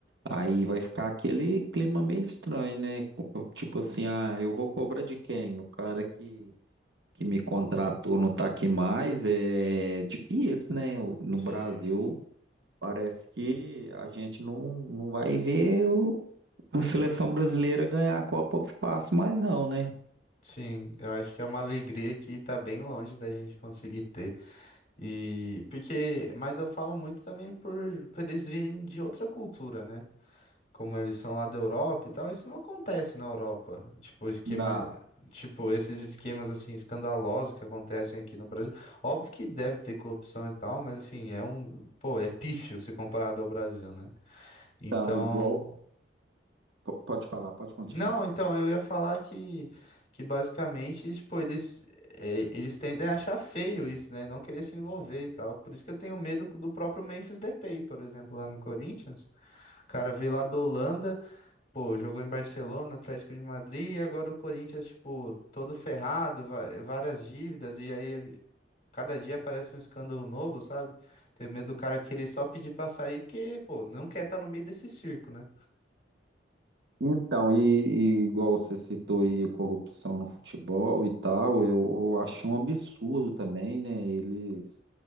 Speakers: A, on the right (about 70°); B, on the left (about 40°).
A: aí vai ficar aquele clima meio estranho, né? Tipo assim, ah, eu vou cobrar de quem? O cara que que me contratou não está aqui mais, é difícil, né? O- No
B: Sim,
A: Brasil, parece que a gente não, não vai ver o, a seleção brasileira ganhar a Copa fácil mais não, né?
B: Sim, eu acho que é uma alegria que tá bem longe da gente conseguir ter. E porque, mas eu falo muito também por, por eles virem de outra cultura, né? Como eles são lá da Europa e tal, isso não acontece na Europa. Tipo, esquema,
A: Não,
B: tipo, esses esquemas assim escandalosos que acontecem aqui no Brasil. Óbvio que deve ter corrupção e tal, mas assim, é um, pô, é pífio se comparado ao Brasil, né? Então,
A: então, igual. po- Pode falar, pode continuar.
B: Não, então eu ia falar que, que basicamente, tipo, eles, é, eles tendem a achar feio isso, né? Não querer se envolver e tal. Por isso que eu tenho medo do próprio Memphis Depay, por exemplo, lá no Corinthians. O cara veio lá da Holanda, pô, jogou em Barcelona, Atlético de Madrid, e agora o Corinthians, tipo, todo ferrado, va- várias dívidas, e aí cada dia aparece um escândalo novo, sabe? Tenho medo do cara querer só pedir pra sair, porque, pô, não quer estar no meio desse circo, né?
A: Então, e, e igual você citou aí a corrupção no futebol e tal, eu, eu acho um absurdo também, né? Eles